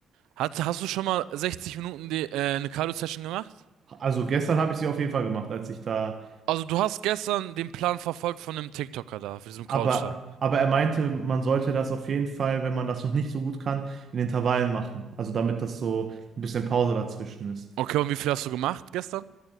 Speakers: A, on the right; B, on the right.
A: hast, hast du schon mal 60 Minuten die, äh, eine Cardio-Session gemacht?
B: Also gestern habe ich sie auf jeden Fall gemacht, als ich da.
A: Also du hast gestern den Plan verfolgt von dem TikToker da, von diesem
B: Aber,
A: Couch da.
B: aber er meinte, man sollte das auf jeden Fall, wenn man das noch nicht so gut kann, in Intervallen machen. Also damit das so ein bisschen Pause dazwischen ist.
A: Okay, und wie viel hast du gemacht gestern?